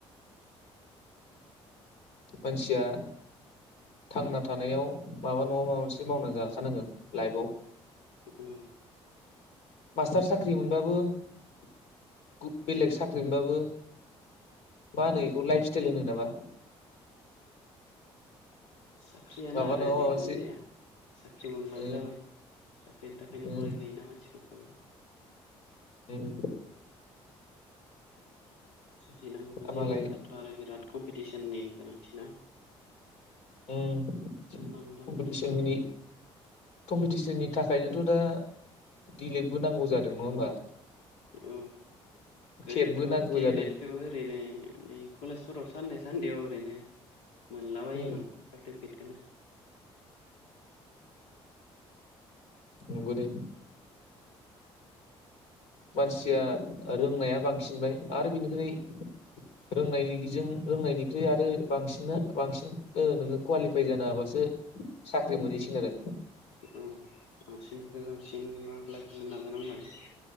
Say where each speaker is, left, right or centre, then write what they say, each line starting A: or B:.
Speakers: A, on the left; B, on the left.
A: मानसिया थांना थानायाव माबा नङा माबा मोनसे मावना जाखानांगोन लाइफआव।
B: औ।
A: मास्टार साख्रि मोनबाबो <inaudible> बेलेग साख्रि मोनबाबो मा होनो बेखौ लाइफ स्टाइल होनो नामा?
B: साख्रियानो
A: माबा
B: आरो
A: नङा माबा
B: जिखुनु
A: मोनसे
B: जाया साख्रि मोनबानो
A: उम
B: जाबाय। साख्रिनि थाखायनो
A: उम
B: फरायखायोना मानसि माखाखौ।
A: उम
B: सुजिनांगौबो जायो
A: मालाय
B: दाथ' आरो बिराद कम्पिटिसननि गोनांथिना। <inaudible>
A: औ
B: जानला
A: कमपिटिसननि
B: मोनला मोननो थाङा
A: कम्पिटिसननि थाखायनोथ' दा डिलेटबो नांगौ जादों नङा होनबा।
B: औ गोदोथ'
A: टेटबो नांगौ
B: थे
A: जादों
B: एद खौबो ओरैनो नै कलेजफोराव सानदे सान्देआव ओरैनो मोनलाबायोमोन
A: उम
B: सार्टिफिकेटखौनो।
A: नोंगौ दे मानसिया रोंनाया बांसिनबाय आरो बिनिफ्राय रोंनायजों रोंनायनिख्रुइ आरो बांसिना बांसिन ओ नोङो कुवालिफाइ जानो हाबासो साख्रि मोनहैसिगोन आरो
B: औ बांसिननिफ्राय बांसिन मार्क लाखिनो नाजानांबाय।